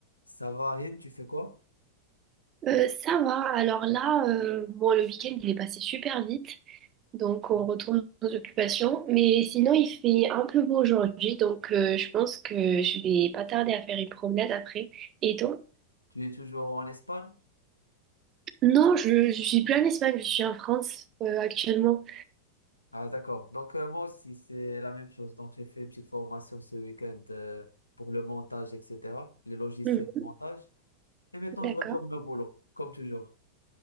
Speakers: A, on the left (about 85°); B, on the right (about 30°).
A: Ça va, Aïd, tu fais quoi?
B: Euh, ça va. Alors là, euh, bon, le week-end, il est passé super vite. Donc, on retourne aux occupations. Mais sinon, il fait un peu beau aujourd'hui. Donc, euh, je pense que je vais pas tarder à faire une promenade après. Et toi?
A: Tu es toujours en Espagne?
B: Non, je, je suis plus en Espagne. Je suis en France, euh, actuellement.
A: Ah, d'accord. Donc, euh, moi aussi, c'est la même chose. Donc, j'ai fait une petite formation ce week-end euh, pour le montage, etc., les logiciels
B: Mhm.
A: de montage. Et maintenant,
B: D'accord.
A: je retourne au boulot, comme toujours.